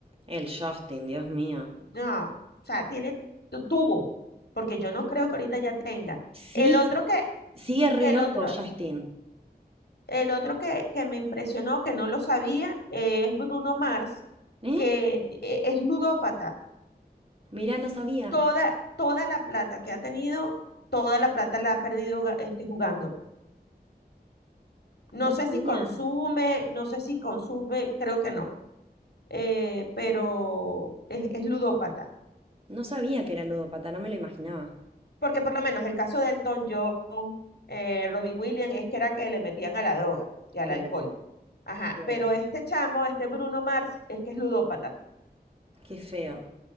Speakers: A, on the right (about 35°); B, on the left (about 75°).
A: el Justin, Dios mío.
B: No, o sea, tiene tu- tuvo, porque yo no creo que ahorita ya tenga.
A: Sí,
B: El otro que,
A: sigue re
B: que
A: loco
B: el otro,
A: Justin.
B: el otro que, que me impresionó, que no lo sabía, eh, es Bruno Mars,
A: ¿Eh?
B: que eh, es ludópata.
A: Mirá, no sabía.
B: Toda, toda la plata que ha tenido, toda la plata la ha perdido ga- este, jugando. No
A: No
B: sé
A: sabía.
B: si consume, no sé si consume, creo que no, eh, pero es, es ludópata.
A: No sabía que era ludópata, no me lo imaginaba.
B: Porque por lo menos el caso de Elton John, eh, Robbie Williams, es que era que le metían a la droga y al
A: Claro,
B: alcohol. Ajá,
A: claro.
B: pero este chamo, este Bruno Mars, es que es ludópata.
A: Qué feo.